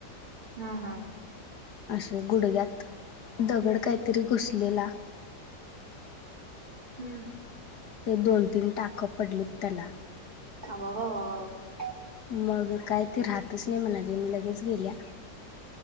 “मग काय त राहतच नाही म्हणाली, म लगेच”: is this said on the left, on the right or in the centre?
Left